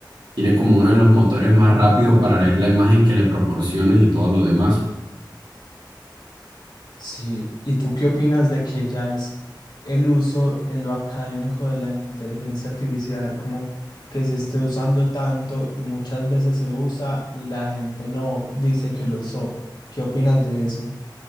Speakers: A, on the right (about 80°); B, on the left (about 65°).
A: Tiene como uno de los motores más rápidos para leer la imagen que le proporciones y todo lo demás.
B: Sí. ¿Y tú qué opinas de que ya es el uso en lo académico de la inteligencia artificial, como que se esté usando tanto y muchas veces se usa y la gente no dice que lo usó? ¿Qué opinas de eso?